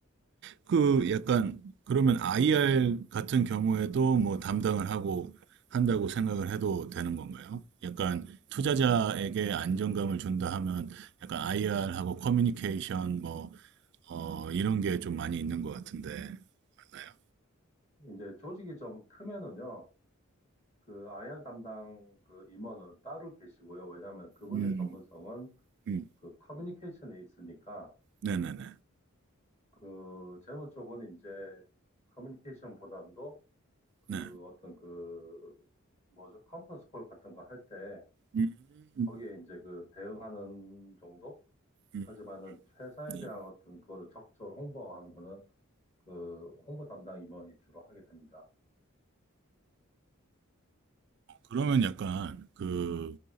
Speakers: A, on the right (about 55°); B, on the left (about 30°).
A: 그 약간 그러면 IR 같은 경우에도 뭐 담당을 하고 한다고 생각을 해도 되는 건가요? 약간 투자자에게 안정감을 준다 하면 약간 IR하고 커뮤니케이션 뭐 어, 이런 게 좀 많이 있는 것 같은데 맞나요?
B: 이제 조직이 좀 크면은요. 그 IR 담당 그 임원은 따로 계시고요. 왜냐하면 그분의
A: 음,
B: 전문성은
A: 음,
B: 그 커뮤니케이션에 있으니까
A: 네네네,
B: 그 재무 쪽은 이제 커뮤니케이션 보담도 그
A: 네.
B: 어떤 그 뭐죠? 컨퍼런스 콜 같은 거 할 때
A: 음, 음,
B: 거기에 이제 그 대응하는 정도?
A: 음.
B: 하지만은 회사에
A: 예.
B: 대한 어떤 그거를 적극적으로 홍보하는 거는 그 홍보 담당 임원이 주로 하게 됩니다.
A: 그러면 약간 그